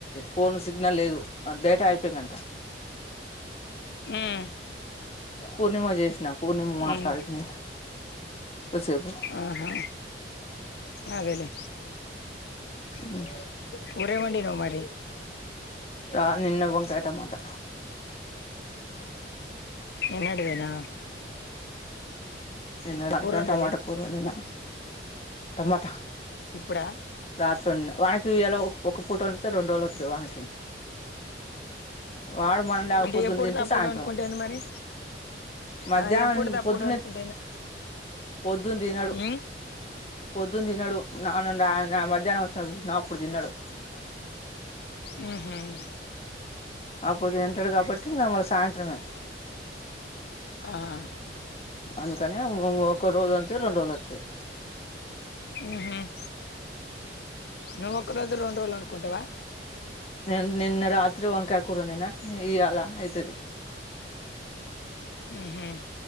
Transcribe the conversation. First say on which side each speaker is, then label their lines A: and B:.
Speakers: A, on the left; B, on the left.
A: ఫోన్ సిగ్నల్ లేదు డేటా అయిపోయిందంట
B: మ్మ్
A: పూర్ణిమా చేసినా పూర్ణిమా మాట్లాడింది
B: మ్మ్
A: కూసేపు
B: ఆహా అదేలే
A: మ్మ్
B: కూర ఏం వండినావ్ మరి
A: ఆ నిన్న వంకాయ టమాటా
B: నిన్నటి దేనా
A: ఎన్న నాక
B: వండలే
A: టమాటా కూర వండిన టమాటా
B: ఇప్పుడా
A: రాత్ర ఉన్న వానకి ఇలా ఒక పూట వండు రెండు రోలు వస్తుంది వానకి వాడు మనం లేకపోద్దున్న
B: అంటే ఎప్పుడు
A: తింటే
B: తప్పుడు
A: సాయంత్రం
B: అనుకుంటేంది మరి
A: మధ్యాహ్నం
B: ఆ ఎప్పుడు తప్పుడు
A: పొద్దున్నే
B: అనుకుంటేంది
A: పొద్దున్న తినడు
B: ఉమ్
A: పొద్దున్న తినడు నాన్నన్న నా మధ్యాహ్నం వస్తున చూసిన అప్పుడు తిన్నాడు
B: మ్మ్ హ్మ్
A: అప్పుడు తింటాడు కాబట్టి మల్ల ఇగ సాయంత్రమే
B: ఆహా
A: అందుకనే ఒక రోజులు అంత రెండు రోజులు వస్తది
B: మ్మ్ హ్మ్ నువ్ ఒక రోజు రెండు రోజులు అనుకుంటావా
A: న నిన్న రాత్రి వంకయ కురా వండిన నిన్న ఈ అలా అయితది
B: మ్మ్ హ్మ్